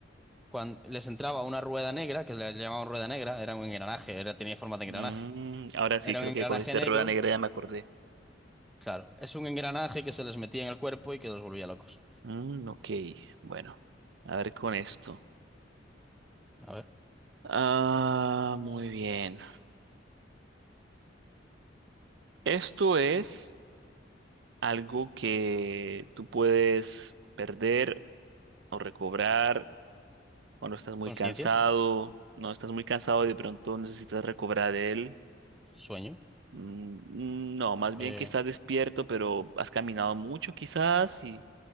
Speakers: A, in the centre; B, on the right (about 65°).
A: cuando les entraba una rueda negra, que le llamaban rueda negra, era un engranaje, era, tenía forma de
B: Mm,
A: engranaje.
B: ahora sí,
A: Era
B: creo
A: un engranaje
B: que con este
A: negro,
B: rueda negra ya me acordé.
A: claro. Es un engranaje que se les metía en el cuerpo y que los volvía locos.
B: Mm, ok, bueno, a ver con esto.
A: A ver,
B: Ah, muy bien. Esto es... algo que tú puedes perder o recobrar cuando estás muy
A: conciencia,
B: cansado, no estás muy cansado y de pronto necesitas recobrar de él.
A: sueño,
B: Mm, mm, No, más
A: eh,
B: bien que estás despierto, pero has caminado mucho quizás y